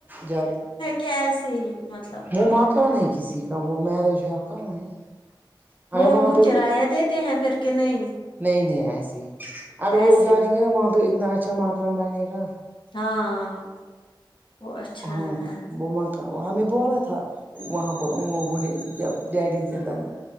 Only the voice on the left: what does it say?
کیسے ہی مطلب
وہ
ان کو
کرایہ دیتے ہیں پھر کہ نہیں
ایسے
ہی
ہاں وہ اچھا
ہیں